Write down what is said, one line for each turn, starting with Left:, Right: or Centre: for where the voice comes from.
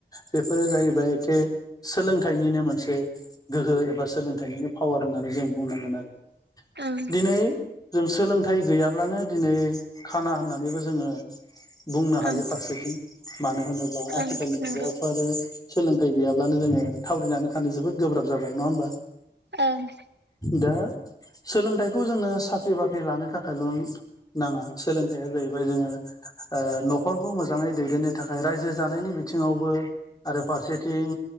Left: बेफोरो जाहैबाय एखे सोलोंथाइनिनो मोनसे गोहो एबा सोलोंथाइनिनो पावार होननानै जों बुंनांगोन आरो
Right: ओं
Left: दिनै जों सोलोंथाइ गैयाब्लानो दिनै खाना होननानैबो जोङो बुंनो हायो
Right: ओं
Left: फारसेथिं मानो होनोब्ला आथिखालनि
Right: ओं
Left: मुगायावथ'
Right: नंगौ
Left: आरो सोलोंथाइ गैयाब्लानो जोङो थावरिनानै थानो जोबोद गोब्राब जा जाबाय नङा होनबा
Right: ओं
Left: दा सोलोंथाइखौ जोंनो साख्रि बाख्रि लानो थाखायल' नाङा सोलोंथाइया जाहैबाय जोङो ओ न'खरखौ मोजाङै दैदेननो थाखाय रायजो जानायनि बिथिङावबो आरो फारसेथिं